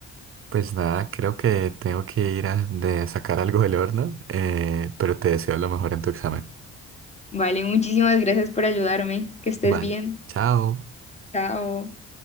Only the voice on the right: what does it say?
Pues nada, creo que tengo que ir a de sacar algo del horno, eh, pero te deseo lo mejor en tu examen.
Vale,
chao.